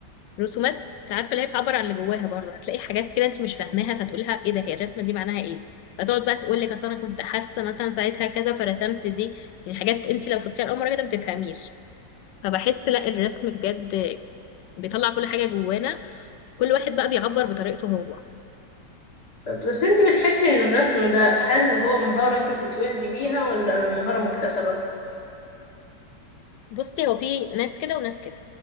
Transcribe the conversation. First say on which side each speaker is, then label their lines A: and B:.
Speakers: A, on the left; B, on the left.
A: رسومات عارفه اللي هي بتعبر عن اللي جواها برضه هتلاقي حاجات كده انت مش فاهماها فتقولها ايه ده هي الرسمه دي معناها ايه فتقعد بقى تقول لك اصل انا كنت حاسه مثلا ساعتها كذا فرسمت دي يعني حاجات انت لو شفتيها لاول مره كده ما تفهميش فبحس لا الرسم بجد بيطلع كل حاجه جوانا كل واحد بقى بيعبر بطريقته هو
B: بالظبط. بس انت بتحسي ان الرسم ده هل هو مهاره انت بتتولدي بيها ولا مهاره مكتسبه
A: بصي هو في ناس كده وناس كده